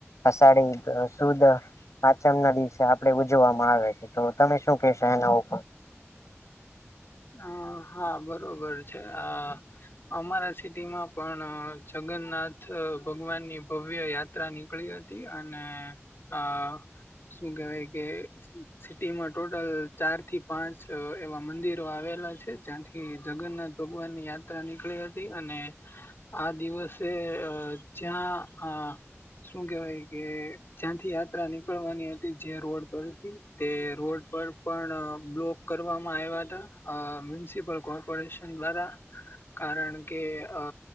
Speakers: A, on the left (about 85°); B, on the left (about 50°).
A: અષાઢી સુદ પાચમ ના દિવસે આ પડે ઉજવામાં આવે છે, તો તમે શું કહેશો એના ઉપર?
B: હ હા બરોબર છે હ અમારા સિટીમાં પણ જગન્નાથ ભગવાન ની ભવ્ય યા ત્રા નીકળી હતી અને આ શું કેવાય કે સિટીમાં ટોટલ ચાર થી પાંચ એવા મંદિર આવેલા છે જ્યાંથી જગન્નાથ ભગવાન ની યાત્રા નીકળી હતી અને આ દિવસે અ જ્યાં આ શું કેવાય કે જ્યાંથી યાત્રા નીકળવાની હતી જે રોડ પરથી તે રોડ પર પણ બ્લોક કરવામાં આવ્યા હતા અ મ્યુનિસિપલ કોર્પોરેશન દ્વારા કારણ કે આ